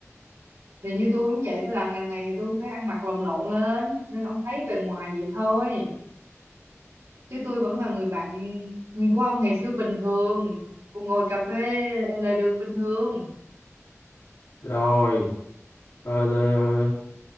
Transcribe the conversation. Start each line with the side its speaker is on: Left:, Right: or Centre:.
Right: thì như tôi cũng vậy tôi làm ngành này thì tôi cũng phải ăn mặc lồng lộn lên nên ông thấy bề ngoài vậy thôi chứ tôi vẫn là người bạn của ông ngày xưa bình thường cũng ngồi cà phê lề đường bình thường
Left: rồi ờ, ờ,